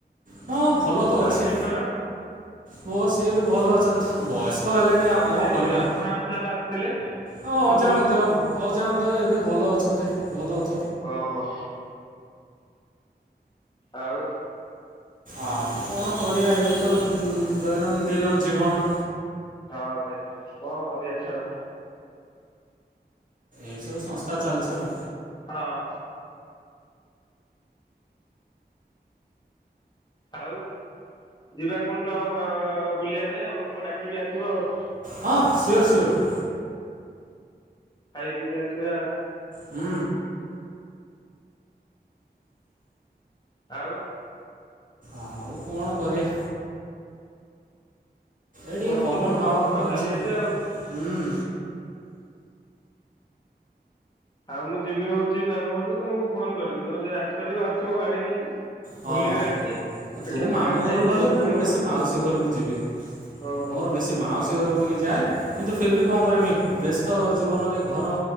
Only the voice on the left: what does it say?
ଆଣ୍ଟିଙ୍କର
ଅଜାଙ୍କ
ଦେହ ଖରାପ ଥିଲା ବା ଆସିଥିଲେ
କହୁଥିଲ
ଓ ହୋ। ଆଉ
ହ ଭାଇ କଁ କରିଆ ଛାଡ଼।
ହଁ। ଆଉ ଯିବା କୋଉଦିନ ଆଉ ବୁଲିବା ପାଇଁ ଆଉ ମୁଁ ଡାକିମି ଆସିବ ଆଉ।
ଖାଇ ପିଇକି ଆସିବା।
ଆଉ
ମୋର
ତ ଦୁଃଖ
ସୁଖ
ଚାଲିଛି
ଆଉ ମୁଁ ଯିମି ହଉଛି ମାମୁ ଘରକୁ ତମକୁ ଫୋନ କରିବି ତମେ ଯଦି ଆସିପାରିବ ଆସିବ ଗାଡି ନେଇକି?
ବୁଲିବା ଏଠି ପିଠା
ଫିଠା ଖାଇକି
ଆମ
ଘରେ
ଓହୋ